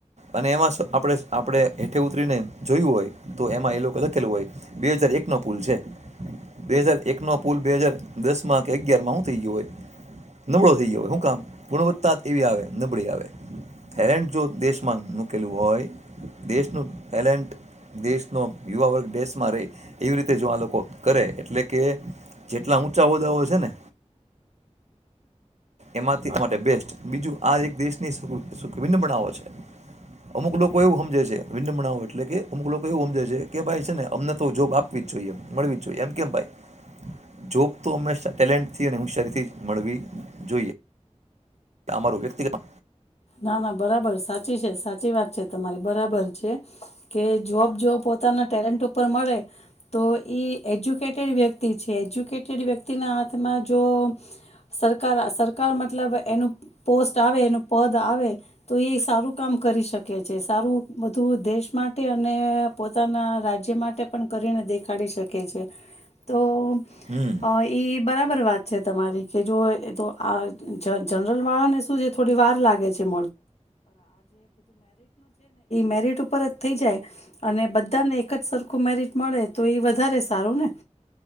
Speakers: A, on the right; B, on the left.
A: અને એમાં આપડે આપણે હેઠે ઉતરીને જોયું હોય તો એમાં એ લોકો લખેલું હોય બે હાજર એક નો પુલ છે બે હાજર એક નો પુલ બે હાજર દસ માં કે અગયારમાં શું થઈ ગયો હોય નબળો થઈ ગયો હોય શું કામ ગુણવત્તા એવી આવે નબળી આવે થાયલેન્ડ જો દેશ ન મૂકેલું હોય દેશનું ટેલેન્ટ દેશનો યુવા વર્ગ દેશમાં રહે એવી રીતે જો આ લોકો કરે એટલે કે જેટલા ઊંચા હોદ્દાઓ છે ને એમાંથી માટે બેસ્ટ બીજું આ એક દેશની સુખ વિન્બનાઓ છે અમુક લોકો એવું સમજે છે વિબઓ એટલે કે અમુક લોકો એવું સમજે છે કે ભાઈ છે ને અમને તો જોબ આપવી જ જોઈએ મળવી જ જોઈએ એમ કેમ ભાઈ જોબ તો હંમેશા ટેલેન્ટથી અને હોશયારીથી મળવી. જોઈએ. એ અર વ્યક્તિગત.
B: ના ના બરાબર સાચી છે સાચી વાત છે. તમારે બરાબર છે કે. જોબ જો પોતાના ટેલેન્ટ. ઉપ મળે તો. ઈ એજ્યુકેટેડ વ્યક્તિ. ્યક્ના હાથમાં જો સરકાર મતલબ એનું પોસ્ટ આવે એ. પદ આવે તો એ સારું કામ કરી શકે છે સારું બધું દેશ માટે અને પોતાના રાજ્ય માટે પણ કરીને દેખાડી શકે છે તો.
A: હમ
B: અ એ. બરાબર વાત છે તમારી કે જો તો આ જ જળ. વાળાને શું છે થોડી વાર. મેટ છે ને મેટ ઉપર જ થઈ જાય અને બધાને. જ સરખું મેરિટ મળે. તો એ વધારે સારું ને.